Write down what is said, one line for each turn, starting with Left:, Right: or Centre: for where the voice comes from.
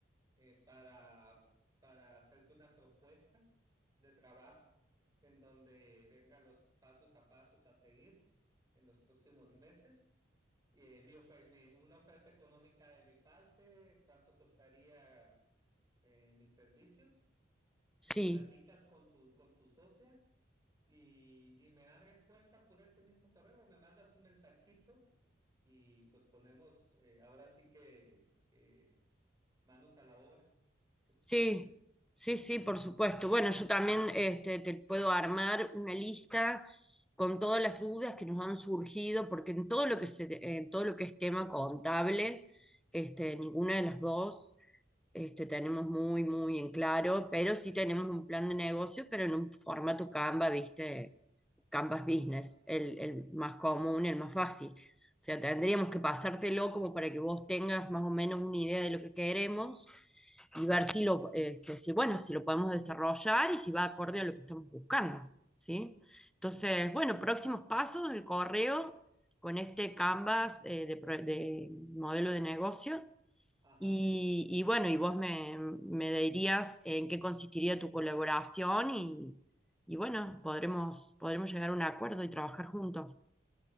Right: eh, para, para hacerte una propuesta de trabajo en donde vengan los pasos a pasos a seguir en los próximos meses. Eh, mi ofe- mi- una oferta económica de mi parte, cuánto costaría eh, mis servicios
Centre: sí,
Right: lo platicas con tu, con tu socia y, y me da respuesta por ese mismo correo o me mandas un mensajito y pues ponemos, eh, ahora sí que eh, manos a la obra. ¿Qué te
Centre: sí,
Right: parece?
Centre: sí, sí, por supuesto. Bueno, yo también este, te puedo armar una lista con todas las dudas que nos han surgido, porque en todo lo que se, en todo lo que es tema contable, este, ninguna de las dos este, tenemos muy, muy en claro, pero sí tenemos un plan de negocio, pero en un formato Canva, ¿viste? Canvas Business,
Right: Ajá,
Centre: el, el más común, el más fácil. O sea, tendríamos que pasártelo como para que vos tengas más o menos una idea de lo que queremos y ver si lo, este, si, bueno, si lo podemos desarrollar y si va acorde a lo que estamos buscando, ¿sí? Entonces, bueno, próximos pasos, el correo con este Canvas eh, de pro- de modelo de negocio.
Right: ajá.
Centre: Y, y bueno, y vos me, me dirías en qué consistiría tu colaboración y, y bueno, podremos, podremos llegar a un acuerdo y trabajar juntos.